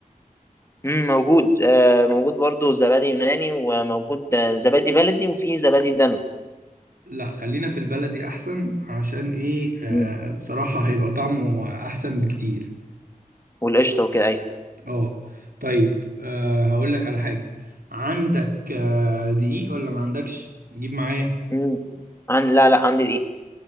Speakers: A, on the left; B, on the right.
A: مم، موجود آه موجود برضه زبادي يوناني وموجود آه، زبادي بلدي وفي زبادي دانون
B: لا خلينا في البلدي احسن عشان ايه أه
A: مم.
B: بصراحه هيبقى طعمه احسن بكتير
A: والقشطه وكده أيوة.
B: اه طيب أه هقول لك على حاجه عندك أه دقيق ولا ما عندكش اجيب معايا
A: مم. عن لا لا عندي دي